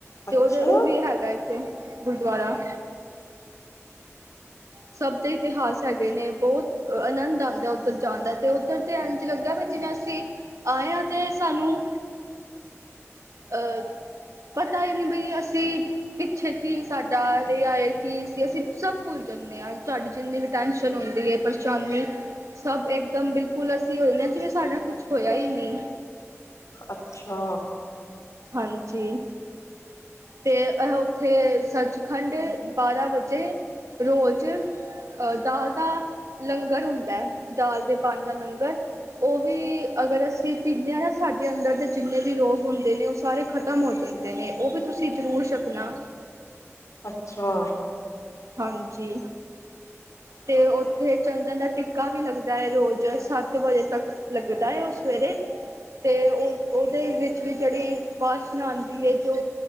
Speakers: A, on the left (about 85°); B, on the right (about 80°).
A: ਅੱਛਾ,
B: ਤੇ ਓਦੇ ਓ ਵੀ ਹੈਗਾ ਇਕ, ਗੁਰਦੁਆਰਾ ਸਬ ਦੇ ਇਤਿਹਾਸ ਹੈਗੇ ਨੇ ਬੋਤ ਅਨੰਦ ਆਂਦੈ ਓਦਰ ਜਾਨ ਦਾ ਤੇ ਓਦਰ ਤੇ ਏਂਜ ਲੱਗਦਾ ਵੀ ਜਿਵੇਂ ਅਸੀ ਆਏ ਆਂ ਤੇ ਸਾਨੂੰ, ਅ ਪਤਾ ਈ ਨਈ ਬਈ ਅਸੀ ਪਿੱਛੇ ਕੀ ਸਾਡਾ ਰੇਆਏ ਕਿ ਸੀ ਅਸੀ ਸਬ ਭੁਲ ਜੱਨੇ ਆ ਤੂਆਡੀ ਜਿੰਨੀ ਵੀ ਟੈਨਸ਼ਨ ਹੋਂਦੀ ਏ ਪਰੇਸ਼ਾਨੀ ਸਬ ਇਕਦਮ ਬਿਲਕੁਲ ਅਸੀ ਹੋ ਜਨੇ ਜਿਵੇਂ ਸਾਡੇ ਨਾਲ ਕੁਛ ਹੋਇਆ ਹੀ ਨਈ।
A: ਅੱਛਾ।
B: ਹਾਂਜੀ। ਤੇ ਅਹ ਓਥੇ, ਸੱਚਖੰਡ ਬਾਰਾਂ ਵਜੇ ਰੋਜ ਅਹ ਦਾਲ ਦਾ, ਲੰਗਰ ਹੁੰਦੈ ਦਾਲ ਦੇ ਬਨ ਦਾ ਲੰਗਰ ਓ ਵੀ, ਅਗਰ ਅਸੀ ਪੀਂਦੇ ਆ ਨਾ ਸਾਡੇ ਅੰਦਰ ਤਾਂ ਜਿੰਨੇ ਵੀ ਰੋਗ ਹੁੰਦੇ ਨੇ ਸਾਰੇ ਖਤਮ ਹੋ ਜਾਂਦੇ ਨੇ, ਓ ਵੀ ਤੂਸੀ ਜਰੂਰ ਛੱਕਣਾ।
A: ਅੱਛਾ।
B: ਹਾਂਜੀ। ਤੇ ਓਥੇ ਚੰਦਨ ਦਾ ਟਿੱਕਾ ਵੀ ਲੱਗਦੈ ਰੋਜ ਸਤ ਵਜੇ ਤਕ। ਲੱਗਦਾ ਉਹ ਸਵੇਰੇ ਤੇ ਉਹਦੇ ਵਿੱਚ ਵੀ ਜਿਹੜੀ ਵਾਸ਼ਨਾ ਆਉਂਦੀ ਹੈ ਜੋ